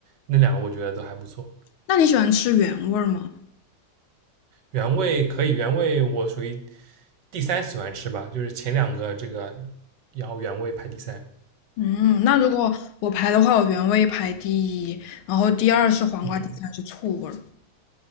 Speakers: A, on the right; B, on the left.
A: 那两个我觉得都还不错。
B: 那你喜欢吃原味儿吗？
A: 原味可以，原味我属于第三喜欢吃吧，就是前两个这个，然后原味排第三。
B: 嗯，那如果我排的话，我原味排第一，然后第二是黄瓜，
A: 嗯，
B: 第三是醋味儿，